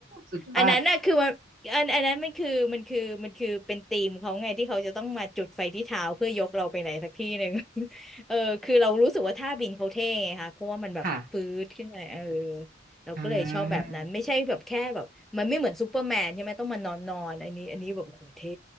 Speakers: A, on the right; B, in the centre.
A: สุดยอด
B: อันนั้นน่ะคือมันอันอันนั้นมันคือมันคือมันคือเป็นธีมเขาไงที่เขาจะต้องมาจุดไฟที่เท้าเพื่อยกเราไปไหนสักที่หนึ่ง <laughs> เออคือเรารู้สึกว่าท่าบินเขาเท่ไงค่ะเพราะว่ามันแบบฟื้ดขึ้นมาเออ
A: ค่ะ
B: เราก็เลยชอบแบบนั้นไม่ใช่แบบแค่แบบมันไม่เหมือนซูเปอร์แมนใช่ไหมต้องมานอนนอนอันนี้อันนี้แบบโอ้โหเท่
A: อ่า